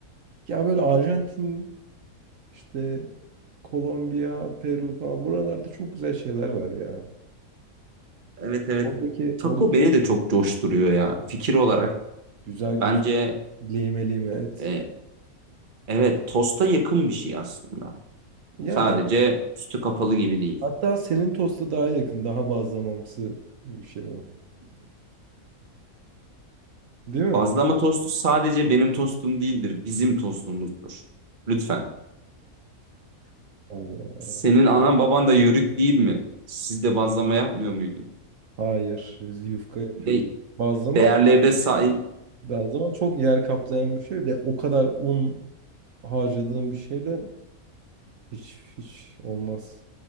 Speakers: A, on the right (about 65°); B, on the right (about 40°).
A: Ya böyle Arjantin işte Kolombiya, Peru falan buralarda çok güzel şeyler var ya.
B: Evet evet.
A: Oradaki
B: Taco
A: orada
B: beni de çok coşturuyor ya. Fikir olarak
A: güzel
B: bence
A: göz lime lime et.
B: e, evet tosta yakın bir şey aslında.
A: Yani
B: Sadece üstü kapalı gibi değil.
A: hatta senin tosta daha yakın, daha bazlamamsı bir şey o. Değil mi?
B: Bazlama tostu sadece benim tostum değildir, bizim tostumuzdur. Lütfen.
A: Allah.
B: Senin anan baban da yörük değil mi? Siz de bazlama yapmıyor muydunuz?
A: Hayır, biz yufka yapıyorduk.
B: Ne
A: Bazlama,
B: değerlerine sahip
A: bazlama çok yer kaplayan bir şey ve o kadar un harcadığın bir şeyle hiç hiç olmaz.